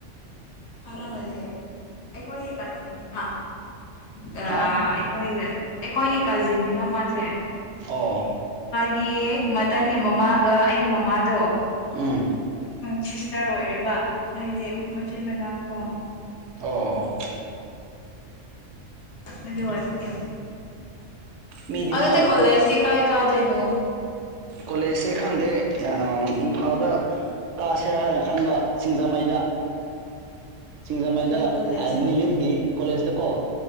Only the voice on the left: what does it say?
ꯈꯪꯔꯝꯔꯗꯤ ꯑꯩꯈꯣꯏꯒꯤ ꯀꯥꯖꯤꯟꯅꯤ ꯃꯥ ꯒꯥ
ꯑꯩꯈꯣꯏꯒ ꯑꯩꯈꯣꯏꯒꯤ ꯀꯥꯖꯤꯟꯅꯤꯕ ꯃꯥꯥꯁꯦ
ꯒꯤ ꯃꯗꯟꯒꯤ ꯃꯃꯥꯒ ꯑꯩꯒꯤ ꯃꯃꯥꯗꯣ
ꯁꯤꯁꯇꯔ ꯑꯣꯏꯔꯦꯕ ꯍꯥꯏꯕꯗꯤ ꯃꯆꯤꯟ ꯃꯅꯥꯎ ꯀꯣ
ꯑꯗꯨꯗꯤ ꯋꯥꯏꯕꯒ
ꯑꯗꯨꯗꯤ
ꯀꯣꯂꯦꯁꯤꯁꯤ ꯀꯥꯏ ꯀꯗꯣꯏꯩꯅꯨ
ꯀꯩ ꯀꯣꯂꯦꯖ